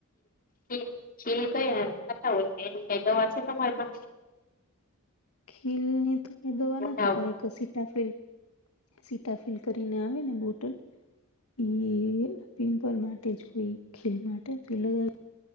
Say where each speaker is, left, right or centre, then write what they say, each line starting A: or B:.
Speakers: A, on the left (about 40°); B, on the left (about 75°).
A: છે કઈ ખાતા હોય એની કઈ દવા છે તમારે પણ
B: ખીલ ને તો ક દવા
A: મોટા
B: નથી પણ એક સીટા ફીલ સીટા ફિલ કરીને આવે ને બોટલ ઈ પિમ્પલ માટે જ કોઈ ખીલ માટે લગાવ